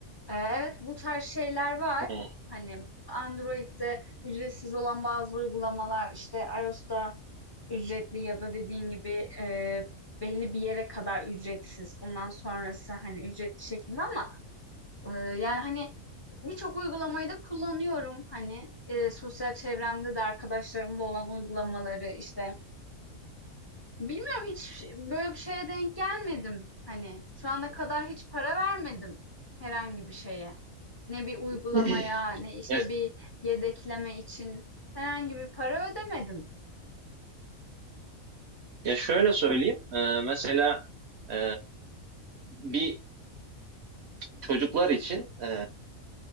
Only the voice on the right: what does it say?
Hmm.
<clears throat> <laughs>
Ya,
ya şöyle söyleyeyim. e, mesela e, bir çocuklar için e,